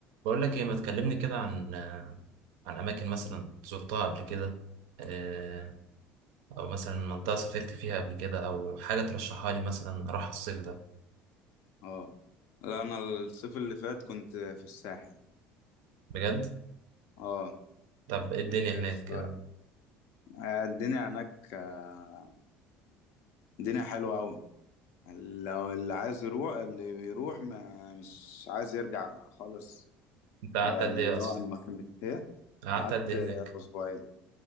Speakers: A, on the right; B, on the left.
A: بقول لك ايه ما تكلمني كده عن آه، عن اماكن مثلا زرتها قبل كده آه، او مثلا منطقه سافرت فيها قبل كده او حاجه ترشحها لي مثلا اروح الصيف ده
B: اه لا انا الصيف اللي فات كنت في الساحل
A: بجد
B: اه
A: طب ايه الدنيا
B: كنت
A: هناك
B: في
A: كده
B: آه، الدنيا هناك آه، الدنيا حلوة قوي لو اللي عايز يروح اللي بيروح ما مش عايز يرجع خالص
A: انت قعدت
B: على
A: قد
B: اللي
A: ايه اصلا
B: هو المكان بتاعي
A: قعدت
B: قعدت
A: قد ايه
B: آه،
A: هناك
B: اسبوعين